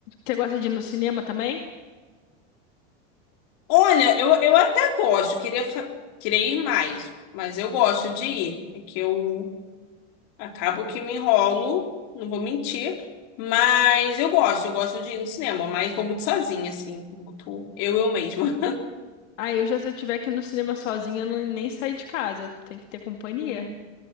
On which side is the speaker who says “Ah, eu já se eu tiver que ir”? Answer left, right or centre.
Left